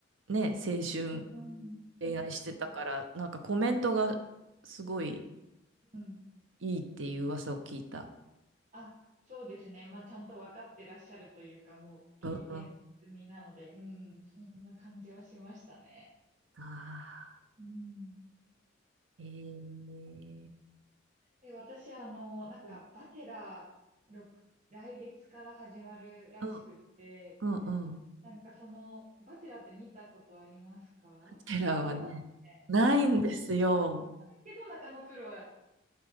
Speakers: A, on the right (about 85°); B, on the right (about 40°).
A: ね青春
B: うん。
A: 恋愛してたからなんかコメントがすごい
B: うん。うん。
A: いいっていう噂を聞いた。
B: あ、そうですね。まあ、ちゃんと分かってらっしゃるというか、もう経験済みなので、
A: うんうん。
B: うん、そんな感じはしましたね。
A: ああ、
B: うん。
A: えー、
B: で、私、あの、なんか、
A: うん
B: バチェラーろく来月から始まるらしくって、
A: うんうんうん。
B: なんかその、バチェラーって見たことありますかありますよね。
A: ハテラはね、ないんですよ。
B: はいはい。あ、けど中野プロは、